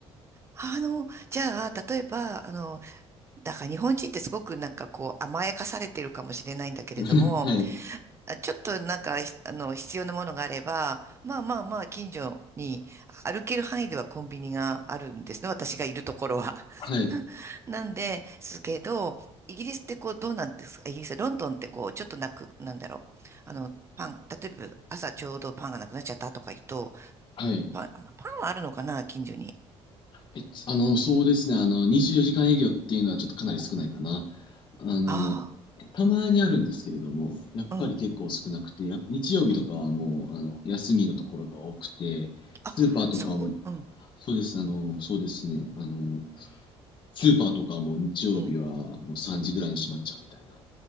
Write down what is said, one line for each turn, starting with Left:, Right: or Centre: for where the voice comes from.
Right: あの、じゃあ、例えば、あの、だから日本人ってすごくなんかこう甘やかされてるかもしれないんだけれども、
Left: <laughs> はい、
Right: あちょっとなんか、ひあの、必要なものがあれば、まあまあまあ、近所に歩ける範囲ではコンビニがあるんですね。私がいるところは。
Left: はい、
Right: <laughs> なんで、すけど、イギリスってこうどうなんですかイギリス、ロンドンってこう、ちょっとなく、なんだろう。あの、パン、例えば朝ちょうどパンがなくなっちゃったとか言うと、
Left: はい。
Right: パン、あまあパンはあるのかな近所に。
Left: え、あの、そうですね、あの、24時間営業っていうのはちょっとかなり少ないかな。あの、
Right: あ
Left: たまにあるんですけれども、やっぱり結構少なくて、
Right: あ、うん。
Left: や、日曜日とかはもう、
Right: うん
Left: あの、休みのところが多くて、
Right: あ、
Left: スーパーとかはも
Right: そん、うん、
Left: そうです、あの、そうですね。あの、スーパーとかも日曜日はもう3時ぐらいに閉まっちゃうみたいな。
Right: うん。